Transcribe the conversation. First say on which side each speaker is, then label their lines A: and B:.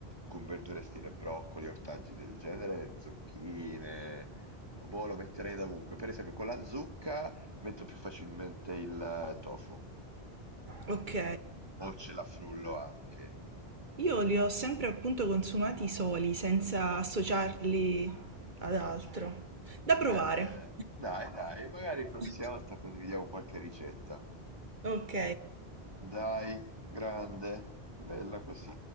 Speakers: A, on the right; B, on the right.
A: con verdure stile broccoli, ortaggi del genere, zucchine, boh, lo metterei dovunque. Per esempio con la zucca metto più facilmente il tofu,
B: ok.
A: o ce la frullo anche.
B: Io li ho sempre appunto consumati soli, senza associarli ad altro. Da provare.
A: Eh, dai, dai, magari prossima
B: <laughs>
A: volta condividiamo qualche ricetta.
B: Ok.
A: Dai, grande, bella così.